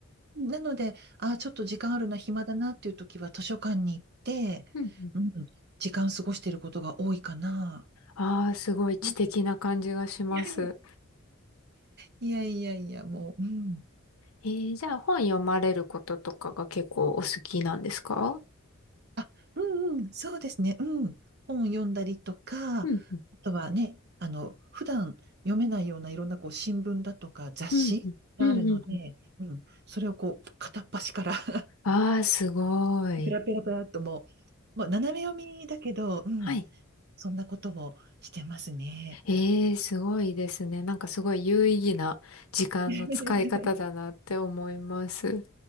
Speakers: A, on the right (about 50°); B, on the left (about 85°).
A: なので、ああ、ちょっと時間あるな、暇だなっていう時は図書館に行って、
B: うんうん。
A: うん、時間過ごしていることが多いかな。
B: ああ、すごい知的な感じがします。
A: うんいや <laughs> いやいやいや、もう、うん。
B: えー、じゃあ本読まれることとかが結構お好きなんですか
A: あ、うんうん、そうですね。うん。本読んだりとか、
B: うんうん。
A: あとはね、あの、普段読めないようないろんなこう新聞だとか雑誌があるので、
B: うんうん。うんうんうん。
A: うん、それをこう片っ端から <laughs>
B: ああー、すごい。
A: ペラペラペラっともう、まあ、斜め読みだけど、うん、
B: はい。
A: そんなことをしてますね。
B: ええ、すごいですね。なんかすごい有意義な時間の使い方だなって思います。
A: <laughs>